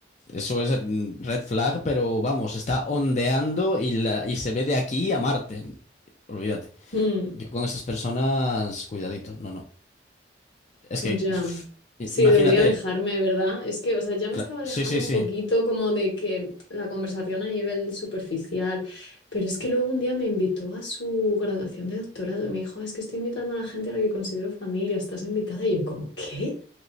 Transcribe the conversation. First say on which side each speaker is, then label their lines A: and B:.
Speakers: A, on the left (about 40°); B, on the left (about 85°).
A: Eso es mm, red flag, pero vamos, está ondeando y, la- y se ve de aquí a Marte. Olvídate.
B: mm.
A: Yo con esas personas, cuidadito, no, no. Es
B: Ya,
A: que, pf, i-
B: sí,
A: imagínate.
B: debería alejarme, ¿verdad? Es que, o sea, ya me
A: cla-
B: estaba alejando
A: Sí, sí, sí.
B: un poquito como de que la conversación a nivel superficial, pero es que luego un día me invitó a su graduación de doctorado y me dijo, "Ah, es que estoy invitando a la gente a la que considero familia, estás invitada y yo como, ¿qué?